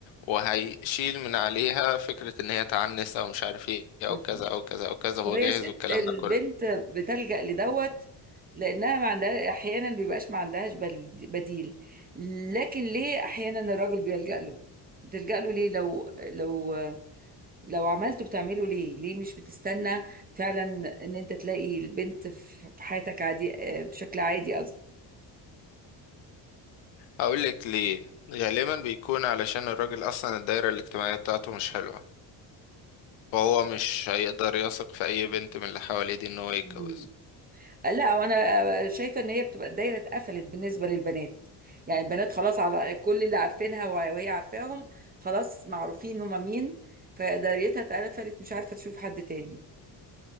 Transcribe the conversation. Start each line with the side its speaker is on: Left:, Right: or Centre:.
Left: وهيشيل من عليها فكرة إن هي تعنس أو مش عارف إيه أو
Right: مم.
Left: كذا أو كذا أو كذا هو
Right: طب هي
Left: جاهز
Right: الست
Left: والكلام
Right: البنت
Left: ده كله
Right: بتلجأ لدوت لأنها ما عندها أحيانا بيبقاش ما عندهاش بليد- بديل لكن ليه أحيانا الراجل بيلجأ له بتلجأ له ليه لو لو لو عملته بتعمله ليه ليه مش بتستنى فعلا إن أنت تلاقي البنت في في حياتك عادي آه، بشكل عادي
Left: هقولك ليه غالبا بيكون علشان الراجل أصلا الدايرة الاجتماعية بتاعته مش حلوة فهو مش هيقدر يثق في أي بنت من اللي حواليه دي إن هو يتجوزها
Right: قصدي لا وانا شايفه ان هي بتبقى الدايره اتقفلت بالنسبه للبنات يعني البنات خلاص على كل اللي عارفينها وه- وهي عارفاهم خلاص معروفين هما مين فدايرتها اتقفلت مش عارفه تشوف حد تاني